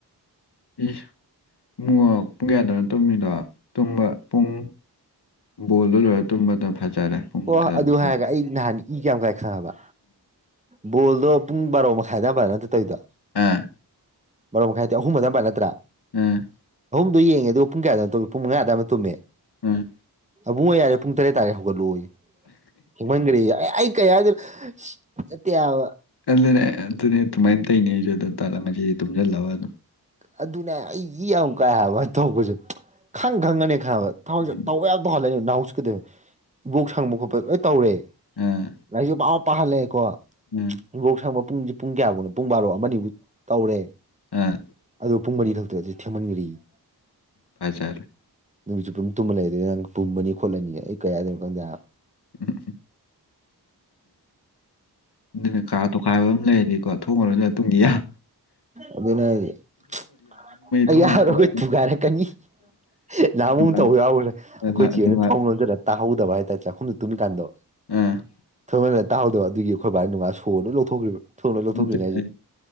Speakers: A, on the left (about 75°); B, on the right (about 20°).
A: ꯏꯁ ꯏꯕꯨꯡꯉꯣ ꯄꯨꯡ ꯀꯌꯥꯗꯧꯅ ꯇꯨꯝꯃꯤꯗꯣ ꯇꯨꯝꯕ ꯄꯨꯡ ꯕꯣꯜꯗꯣ ꯂꯣꯏꯔ ꯇꯨꯝꯕꯅ ꯐꯖꯔꯦ ꯄꯨꯡ
B: ꯑꯣ
A: ꯀꯌꯥꯃ
B: ꯑꯗꯨ ꯍꯥꯏꯔꯒ ꯑꯩ ꯅꯍꯥꯟ ꯏ ꯀꯌꯥꯝ ꯀꯥꯏ ꯈꯪꯉꯕ ꯕꯣꯜꯗꯣ ꯄꯨꯡ ꯕꯥꯔꯣ ꯃꯈꯥꯏꯗꯕꯥ ꯅꯠꯇ ꯇꯧꯔꯤꯗꯣ
A: ꯑꯥ
B: ꯃꯔꯨꯞ ꯃꯈꯥꯏꯗꯤ ꯑꯍꯨꯝ ꯑꯗꯨꯥꯏꯏ ꯅꯠꯇ꯭ꯔꯥ
A: ꯎꯝ
B: ꯑꯗꯨꯣ ꯌꯦꯉ ꯑꯣ ꯄꯨꯡ ꯀꯌꯥꯗꯅ ꯇꯝꯃꯦ ꯄꯨꯡ ꯃꯉꯥꯗ ꯑꯃ ꯇꯨꯝꯃꯦ
A: ꯎꯝ
B: ꯑꯕꯨꯡ ꯑꯣꯏꯌꯥꯏꯔꯦ ꯄꯨꯡ ꯇꯔꯦꯠ ꯇꯥꯔꯦꯠ ꯍꯧꯒꯠꯂꯛꯑꯣ ꯍꯧꯣꯡꯍꯟꯈ꯭ꯔꯦ ꯑꯩ ꯀꯌꯥꯗ ꯑꯦꯠꯇ ꯌꯥꯕ
A: ꯑꯗꯨꯅꯦ ꯑꯗꯨꯅꯦ ꯑꯗꯨꯃꯥꯏꯅ ꯇꯧꯅꯦ ꯑꯩꯁꯨ ꯑꯗꯨ ꯇꯥꯔꯛꯁꯤ ꯇꯨꯝꯁꯤꯜꯂꯑꯣ ꯑꯗꯨꯝ
B: ꯑꯗꯨꯅꯦ ꯑꯩꯒꯤ ꯌꯥꯝ ꯀꯥ ꯍꯥꯏꯕ ꯇꯧꯕꯁꯨ ꯈꯪ ꯈꯪꯉꯅꯤ ꯈ ꯊ
A: ꯎꯝ
B: ꯇꯧꯕ ꯌꯥꯝ ꯇꯧꯍꯜꯂꯦꯅꯦ ꯅꯍꯥꯎꯁꯨ ꯀꯩꯗꯧꯅꯦ ꯏꯕꯣꯛ ꯁꯪꯕ ꯈꯣꯠꯄ ꯂꯣꯏ ꯇꯧꯔꯦ
A: ꯑꯥ
B: ꯉꯁꯨꯥꯎ ꯄꯍꯜꯂꯦ ꯀꯣ
A: ꯎꯝ
B: ꯃꯣꯛ ꯁꯕ ꯄꯨꯡꯁꯦ ꯄꯨꯡ ꯀꯌꯥꯐꯧꯅ ꯄꯨꯡ ꯕꯥꯔꯣ ꯑꯃꯅꯤꯕꯨ ꯇꯧꯔꯦ
A: ꯑꯥ
B: ꯑꯗꯨꯗ ꯄꯨꯡ ꯃꯔꯤ ꯈꯛꯇ ꯑꯗꯨꯗꯤ ꯊꯦꯡꯃꯟꯈ꯭ꯔꯤꯋꯦ
A: ꯄꯖꯔ
B: ꯅꯨꯃꯤꯠꯁꯨ ꯄꯨꯝ ꯇꯨꯝꯃ ꯂꯩꯗꯅ ꯅꯪ ꯄꯨꯝꯃꯅꯤ ꯈꯣꯠꯂꯅꯤ ꯑꯩ ꯀꯌꯥꯗꯅꯣ ꯈꯪꯗꯦ
A: ꯎꯝ ꯎꯝ ꯑꯗꯨꯅ ꯀꯥ ꯇꯣꯈꯥꯏꯕ ꯑꯃ ꯂꯩꯔꯅꯤꯀꯣ ꯊꯣꯡꯉꯔꯣꯏꯅ ꯃꯇꯨꯡꯨꯡꯒꯤ
B: ꯑꯗꯨꯅ ꯑꯩ
A: ꯊꯣꯡꯉ
B: ꯌꯥꯎꯔꯒꯣꯏ
A: ꯊꯣꯡꯉ
B: ꯊꯨꯒꯥꯏꯔꯛꯀꯅꯤ ꯑꯦ ꯅꯍꯃꯨ
A: ꯅꯨꯡꯉꯥꯏ
B: ꯇꯧ ꯌꯥꯎꯕꯅꯦ ꯑꯩꯈꯣꯏ
A: ꯅ
B: ꯆꯦꯅ
A: ꯅꯨꯡꯉꯥꯏ
B: ꯊꯣꯡ ꯂꯣꯖꯜꯂ ꯇꯥꯍꯧꯗꯕ ꯍꯥꯏꯇꯥꯔꯦ ꯆꯥꯛꯈꯨꯝꯁꯨ ꯇꯨꯝꯃꯤꯀꯥꯟꯗꯣ
A: ꯑꯝ
B: ꯑꯩ ꯇꯥꯍꯧꯗꯕ ꯑꯗꯨꯒꯤ ꯑꯩꯈꯣꯏ ꯕꯥꯏꯅ ꯅꯨꯡꯉ ꯁꯣꯅ ꯂꯧꯊꯣꯛꯈ꯭ꯔꯤꯕ ꯊꯨꯅ ꯂꯧꯊꯣꯛꯈꯤꯕꯅꯤ
A: ꯑꯗꯨꯅꯦ
B: ꯍꯥꯏꯁꯦ